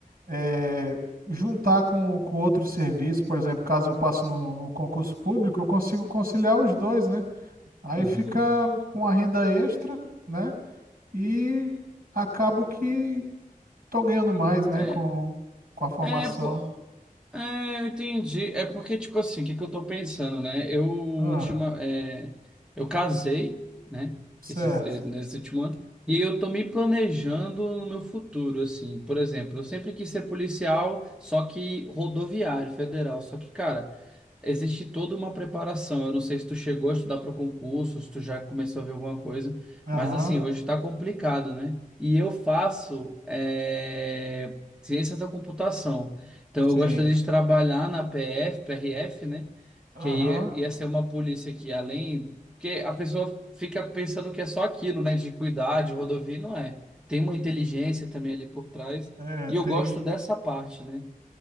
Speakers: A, on the right; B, in the centre.
A: eh, juntar com, com outro serviço, por exemplo, caso eu passe no, no concurso público, eu consigo conciliar os dois, né? Aí
B: uhum.
A: fica com a renda extra, né? E acabo que tô ganhando mais, né,
B: É,
A: com, com a formação.
B: é, pô. É, eu entendi. É porque, tipo assim, o que que eu tô pensando, né? Eu, ultima,
A: Ah.
B: é, eu casei, né?
A: Certo.
B: Esses, eh, nesse último ano. E eu tô me planejando no meu futuro, assim. Por exemplo, eu sempre quis ser policial, só que rodoviário, federal. Só que, cara, Existe toda uma preparação. Eu não sei se tu chegou a estudar para concurso, se tu já começou a ver alguma coisa,
A: Aham.
B: mas assim, hoje está complicado, né? E eu faço eh, ciências da computação. Então
A: Sim.
B: eu gostaria de trabalhar na PF, PRF, né?
A: Aham.
B: Que aí ia, ia ser uma polícia que além. Porque a pessoa fica pensando que é só aquilo, né? De cuidar de rodovia, não é. Tem uma inteligência também ali por trás.
A: É,
B: E eu
A: tem.
B: gosto dessa parte, né?